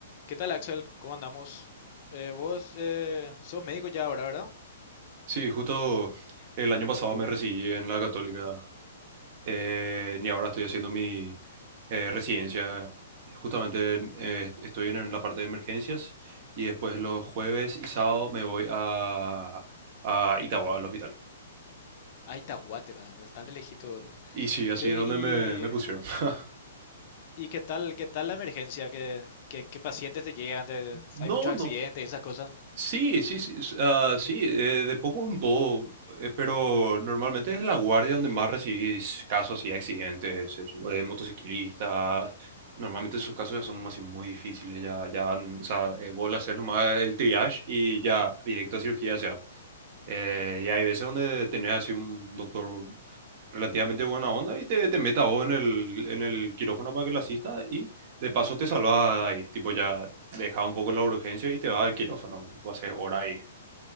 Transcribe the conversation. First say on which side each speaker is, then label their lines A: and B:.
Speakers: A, on the left; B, on the right.
A: ¿Qué tal, Axel? ¿Cómo andamos? Eh, vos eh, sos médico ya ahora, ¿verdad?
B: Sí, justo el año pasado me recibí en la Católica eh, y ahora estoy haciendo mi eh, residencia. Justamente eh, estoy en la parte de emergencias y después los jueves y sábado me voy a, a Itagua, al hospital.
A: Ay, Tahuate, ¿verdad? Estás de lejito, ¿verdad?
B: Y sí, así
A: Che,
B: es donde
A: y,
B: me, me pusieron. <laughs>
A: ¿y qué tal, qué tal la emergencia? ¿Qué, qué- qué pacientes te llegan? ¿Te-
B: No,
A: ¿Hay muchos
B: no,
A: accidentes, esas cosas?
B: Sí, sí, sí, s- ah, sí, eh, de poco en todo, eh, pero normalmente es en la guardia donde más recibís casos así de accidentes, eso, eh, motociclistas, normalmente esos casos ya son así muy difíciles, ya, ya, mm, o sea, eh, vos le haces nomás el triage y ya directo a cirugía, o sea, eh, y hay veces donde tenés así un doctor relativamente buena onda y te, te meta a vos en el, en el quirófano para que le asista y de paso te salvas ahí. Tipo, ya deja un poco la urgencia y te vas al quirófano. Tipo, haces hora ahí,